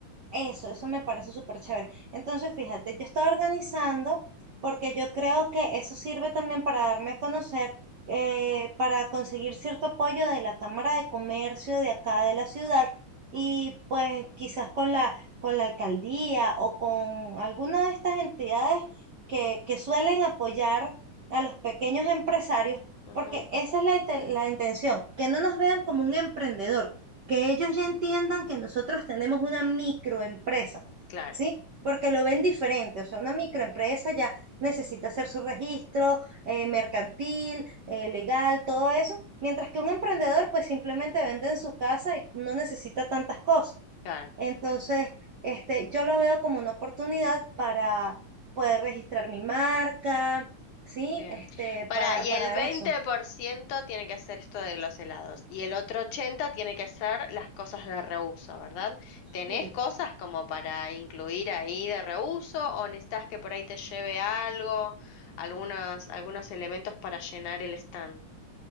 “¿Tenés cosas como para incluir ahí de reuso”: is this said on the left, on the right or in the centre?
Left